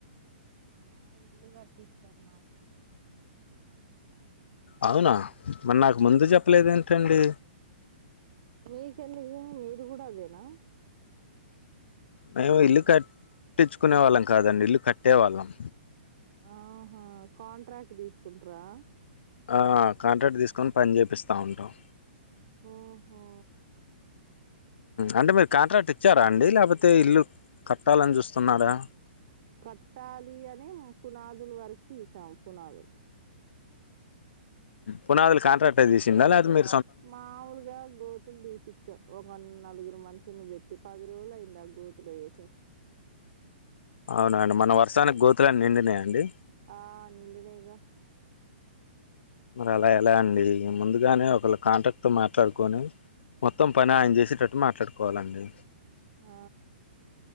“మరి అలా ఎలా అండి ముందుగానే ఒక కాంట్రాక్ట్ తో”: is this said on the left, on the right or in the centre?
Left